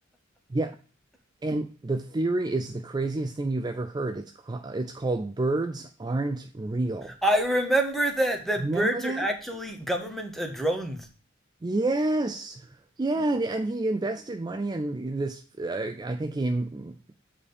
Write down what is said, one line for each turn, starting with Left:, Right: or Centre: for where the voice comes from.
Right: Yeah. And the theory is the craziest thing you've ever heard. It's ca- it's called birds aren't real.
Centre: I remember that the birds
Right: Remember that?
Centre: are actually government uh, drones,
Right: Yes. Yeah, and, and he invested money in this. Uh, I think he you